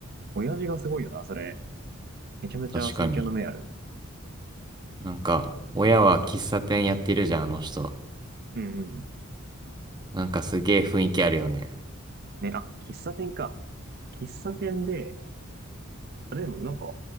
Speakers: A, on the right (about 50°); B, on the right (about 20°).
A: う。親父がすごいよな、それ。めちゃめちゃ選挙の目ある。
B: 確かに。なんか、親は喫茶店やってるじゃん、あの人。
A: うんうん。
B: なんかすげえ雰囲気あるよね。
A: ね、あ、喫茶店か。喫茶店で、あでもなんか、